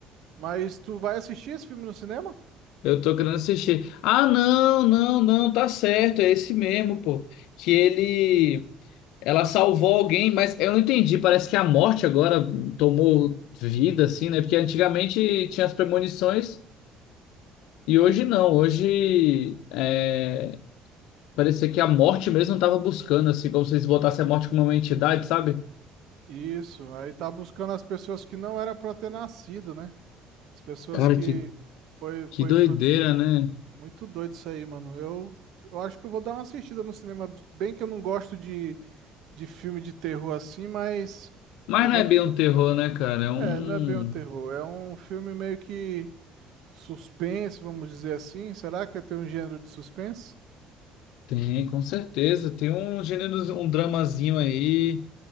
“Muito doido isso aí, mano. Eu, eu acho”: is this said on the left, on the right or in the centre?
Right